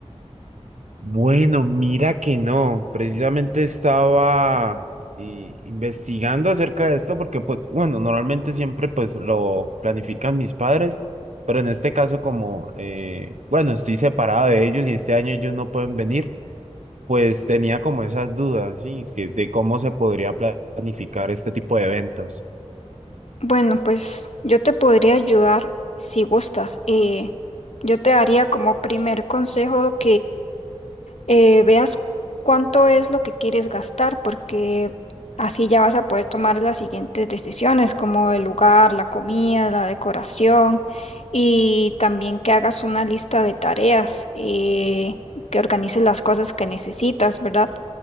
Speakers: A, on the right; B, on the left.
A: Bueno, mira que no, precisamente estaba eh, investigando acerca de esto porque pues bueno, normalmente siempre pues lo planifican mis padres, pero en este caso como eh, bueno, estoy separado de ellos y este año ellos no pueden venir, pues tenía como esas dudas, ¿sí? Que, de cómo se podría pla- planificar este tipo de eventos.
B: Bueno, pues yo te podría ayudar si gustas. Eh, yo te daría como primer consejo eh, veas cuánto es lo que quieres gastar, porque así ya vas a poder tomar las siguientes decisiones, como el lugar, la comida, la decoración, y también que hagas una lista de tareas, eh, que organices las cosas que necesitas, ¿verdad?